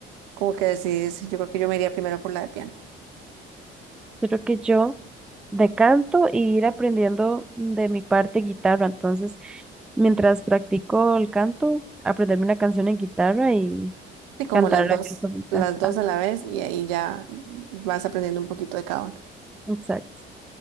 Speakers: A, on the right; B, in the centre.
A: como que decides, yo creo que yo me iría primero por la de piano.
B: Creo que yo decanto y ir aprendiendo de mi parte guitarra. Entonces, mientras practico el canto, aprenderme una canción en guitarra y
A: Y como
B: cantarla
A: las dos,
B: yo solita.
A: las dos
B: Ah,
A: a la vez y ahí ya vas aprendiendo un poquito de cada uno
B: exacto.